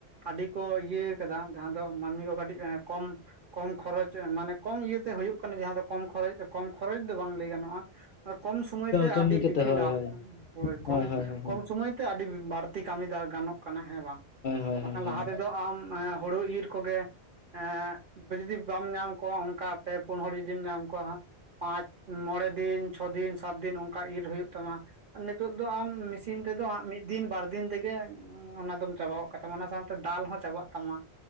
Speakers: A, on the right (about 55°); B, on the left (about 60°).
A: ᱟᱹᱰᱤ ᱠᱚ ᱤᱭᱟᱹ ᱠᱟᱫᱟ ᱡᱟᱦᱟᱸ ᱫᱚ ᱢᱟᱹᱱᱢᱤ ᱠᱚ ᱠᱟᱹᱴᱤᱡ ᱮᱸ ᱠᱚᱢ ᱠᱚᱢ ᱠᱷᱚᱨᱚᱪ ᱢᱟᱱᱮ ᱠᱚᱢ ᱤᱭᱟᱹᱛᱮ ᱦᱩᱭᱩᱜ ᱠᱟᱱᱟ ᱡᱟᱦᱟᱸ ᱫᱚ ᱠᱚᱢ ᱠᱷᱚᱨᱚᱪ ᱠᱚᱢ ᱠᱷᱚᱨᱚᱪ ᱫᱚ ᱵᱟᱝ ᱞᱟᱹᱭ ᱜᱟᱱᱚᱜᱼᱟ ᱠᱚᱢ ᱥᱚᱢᱚᱭ ᱛᱮ
B: ᱠᱟᱹᱢᱤ
A: ᱟᱹᱰᱤ
B: ᱠᱟᱛᱮ
A: ᱵᱮᱥᱤ
B: ᱦᱳᱭ
A: ᱞᱟᱵᱷ
B: ᱦᱳᱭ
A: ᱦᱳᱚᱭ
B: ᱦᱳᱭ
A: ᱠᱚᱢ
B: ᱦᱳᱭ ᱦᱳᱭ ᱦᱳᱭ
A: ᱠᱚᱢ ᱥᱚᱢᱚᱭ ᱛᱮ ᱟᱹᱰᱤ ᱵᱟᱹᱲ ᱛᱤ ᱠᱟᱹᱢᱤ ᱜᱟᱱᱚᱜ ᱠᱟᱱᱟ ᱦᱮᱸ ᱵᱟᱝ
B: ᱦᱳᱭ ᱦᱳᱭ
A: ᱵᱟᱠᱷᱟᱱ
B: ᱦᱳᱭ
A: ᱞᱟᱦᱟ
B: ᱦᱳᱭ
A: ᱛᱮ ᱫᱚ ᱟᱢ ᱦᱩᱲᱩ ᱤᱨ ᱠᱚᱜᱮ ᱮᱸ ᱡᱩᱫᱤ ᱵᱟᱢ ᱧᱟᱢ ᱠᱚᱣᱟ ᱚᱱᱠᱟ ᱯᱮ ᱯᱩᱱ ᱦᱚᱲ ᱡᱩᱫᱤᱢ ᱧᱟᱢ ᱠᱚᱣᱟ ᱦᱟᱸᱜ ᱯᱟᱸᱪ ᱢᱚᱬᱮ ᱫᱤᱱ ᱪᱷᱚ ᱫᱤᱱ ᱥᱟᱛ ᱫᱤᱱ ᱚᱱᱠᱟ ᱤᱨ ᱦᱩᱭᱩᱜ ᱛᱟᱢᱟ ᱱᱤᱛᱚᱜ ᱫᱚ ᱟᱢ ᱢᱤᱥᱤᱱ ᱛᱮᱫᱚ ᱢᱤᱫ ᱫᱤᱱ ᱵᱟᱨᱫᱤᱱ ᱛᱮᱜᱮ ᱚᱱᱟ ᱫᱚᱢ ᱪᱟᱵᱟ ᱠᱟ ᱛᱟᱢᱟ ᱚᱱᱟ ᱥᱟᱶᱛᱮ ᱫᱟᱞ ᱦᱚᱸ ᱪᱟᱵᱟᱜ ᱛᱟᱢᱟ